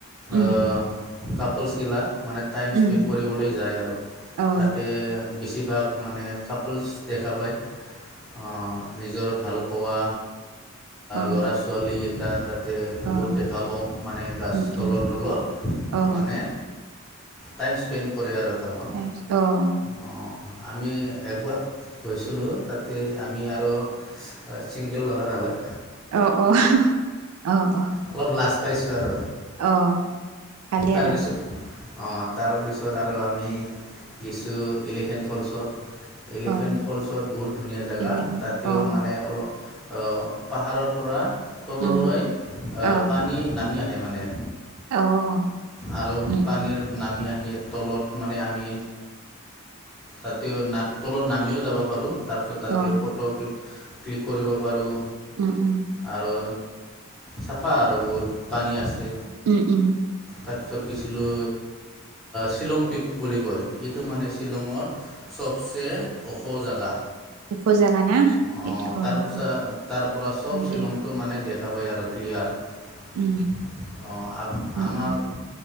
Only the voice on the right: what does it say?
উম
উম
অ
অ
অ
উম
উম
অ
অ',
অ', অ', অ',
অ', ভালে
আৰু
অ',
অ',
অ',
উম, অ',
অ',
উম,
উম,
অ',
উম, উম।
উম, উম।
উখ জাগা না। সেইটো
অ',
হয়
দে
উম,
উম,
উম,